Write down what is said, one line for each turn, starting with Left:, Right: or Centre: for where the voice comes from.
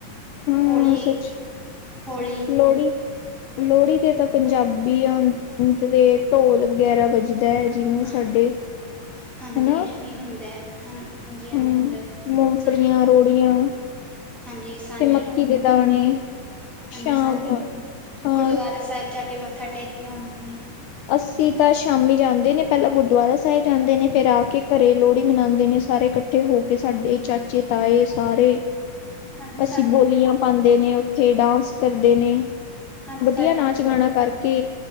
Left: ਹਾਂ
Centre: ਹੋਲੀ
Left: ਸੱਚ
Centre: ਹੋਲੀ
Left: ਲੋਹੜੀ। ਲੋਹੜੀ, ਦੇ ਤੇ ਪੰਜਾਬੀਆ, ਦੇ ਢੋਲ ਵਗੈਰਾ ਵਜਦੇ ਜਦਾ <inaudible> ਹੈ ਜਿਹਨੂੰ
Centre: ਹਾਂਜੀ
Left: ਸਾਡੇ
Centre: ਹਾਂਜੀ
Left: ਹਨਾ
Centre: ਐਵੇਂ ਹੁੰਦਾ
Left: <unintelligible>
Centre: ਹਾਂ ਹਾਂਜੀ
Left: ਹੁ
Centre: ਐਵੇਂ ਹੁੰਦਾ
Left: ਮੂੰਗਫਲੀਆਂ,
Centre: ਸਾਂਝ
Left: ਰੇਵੜੀਆਂ
Centre: ਹਾਂਜੀ ਸਾਂਝ
Left: ਤੇ ਮੱਕੀ,
Centre: ਨੂੰ
Left: ਦੇ ਦਾਣੇ
Centre: ਹਾਂਜੀ,
Left: ਸ਼ਾਮ
Centre: ਸ਼ਾਮੀ
Left: ਹਾਂ
Centre: ਗੁਰਦੁਆਾਰਾ ਸਾਹਿਬ, ਜਾ ਕੇ ਮੱਥਾ ਟੇਕ, ਕੇ ਆਉਦੇ ਨੇ।
Left: ਅਸੀਂ ਤਾਂ, ਸ਼ਾਮੀ ਜਾਂਦੇ ਨੇ ਪਹਿਲਾਂ ਗੁਰਦੁਆਰਾ ਸਾਹਿਬ, ਜਾਂਦੇ ਨੇ ਫਿਰ, ਆ ਕੇ ਘਰੇ ਲੋਹੜੀ ਮਨਾਉਂਦੇ ਨੇ ਸਾਰੇ। ਇਕੱਠੇ ਹੋ ਕੇ, ਸਾਡੇ ਚਾਚੇ ਤਾਏ ਸਾਰੇ
Centre: ਹਾਂਜੀ ਸਾਡੇ
Left: ਅਸੀਂ, ਬੋਲੀਆਂ
Centre: ਵੀ
Left: ਪਾਉਂਦੇ ਨੇ, ਉੱਥੇ ਡਾਂਸ ਕਰਦੇ ਨੇ
Centre: ਹਾਂਜੀ
Left: ਵਧੀਆ,
Centre: ਸਾਡੇ
Left: ਨਾਚ
Centre: ਵੀ
Left: ਗਾਣਾ ਕਰਕੇ